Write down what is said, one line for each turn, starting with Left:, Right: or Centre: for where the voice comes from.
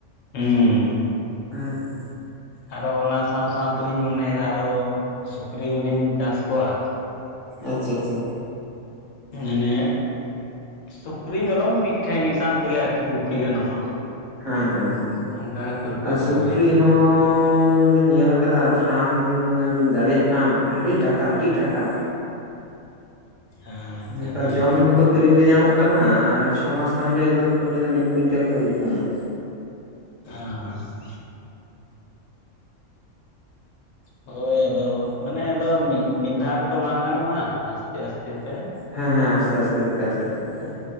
Left: ᱦᱩᱸ ᱦᱩᱸ ᱾
Right: ᱦᱮᱸ᱾
Left: ᱟᱨᱚ ᱚᱱᱟ ᱥᱟᱶ ᱥᱟᱶ ᱛᱮᱞᱤᱧ ᱢᱚᱱᱮᱭᱮᱫᱟ ᱟᱨᱚ ᱥᱩᱠᱨᱤ ᱦᱚᱞᱤᱧ ᱪᱟᱥ ᱠᱚᱣᱟ ᱾
Right: ᱟᱪᱪᱷᱟ ᱟᱪᱪᱷᱟ᱾
Left: ᱢᱟᱱᱮ ᱥᱩᱠᱨᱤ ᱢᱮᱨᱚᱢ ᱢᱤᱫᱴᱷᱮᱱ ᱢᱤᱫ ᱥᱟᱶ ᱛᱮᱜᱮ ᱟᱨᱠᱤ ᱜᱩᱯᱤ ᱜᱟᱱᱚᱜᱼᱟ᱾
Right: ᱦᱮᱸ ᱦᱮᱸ ᱦᱮᱸ
Left: ᱚᱱᱠᱟᱜᱮ ᱯᱟᱹᱨᱠᱟᱹᱣ
Right: ᱟᱨ
Left: ᱠᱟᱠᱚ
Right: ᱥᱩᱠᱨᱤ
Left: ᱦᱩᱭᱩᱜᱼᱟ
Right: ᱦᱚᱸ ᱦᱚᱻ ᱞᱤᱧ ᱧᱮᱞ ᱟᱠᱟᱫᱟ ᱯᱷᱨᱟᱢ ᱢᱟᱱᱮ ᱵᱤᱱ ᱫᱟᱲᱮᱭᱟᱜ ᱠᱷᱟᱱ ᱟᱹᱰᱤ ᱴᱟᱠᱟ ᱟᱹᱰᱤ ᱴᱟᱠᱟ᱾
Left: ᱟᱪᱪᱷᱟ
Right: ᱱᱮᱛᱟᱨ
Left: ᱦᱮᱸ
Right: ᱡᱚᱢ ᱦᱚᱸᱛᱚ
Left: ᱾
Right: ᱠᱤᱨᱤᱧ ᱛᱮ ᱧᱟᱢᱚᱜ ᱠᱟᱱᱟ ᱟᱨ ᱪᱷᱚ ᱢᱟᱥ ᱠᱷᱟᱱ ᱜᱮ ᱮᱠᱫᱚᱢ ᱠᱚ ᱞᱟᱹᱭ ᱫᱚ ᱢᱤᱫ ᱠᱩᱭᱤᱱᱴᱮᱞ ᱠᱚ ᱦᱩᱭᱩᱜ ᱠᱟᱱᱟ ᱾
Left: <unintelligible> ᱦᱳᱭ ᱟᱫᱚ ᱢᱟᱱᱮ ᱟᱫᱚ ᱢᱤᱫ ᱢᱤᱫ ᱫᱷᱟᱣ ᱨᱮ ᱛᱚ ᱵᱟᱝ ᱜᱟᱱᱚᱜᱼᱟ ᱟᱥᱛᱮ ᱟᱥᱛᱮ ᱛᱮ ᱾
Right: ᱦᱮᱸ ᱦᱮᱸ ᱟᱥᱛᱮ ᱟᱥᱛᱮ ᱟᱥᱛᱮ ᱟᱥᱛᱮ ᱛᱮ ᱾